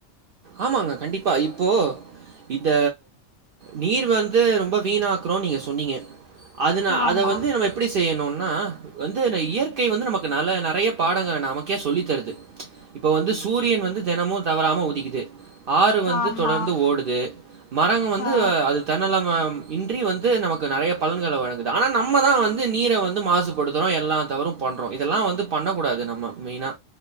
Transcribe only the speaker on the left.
ஆமாம்
ஆமாம்
ஆ